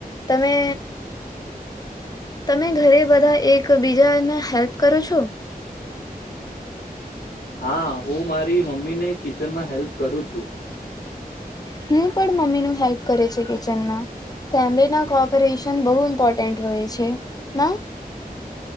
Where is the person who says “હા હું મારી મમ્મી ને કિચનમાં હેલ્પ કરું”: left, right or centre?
Left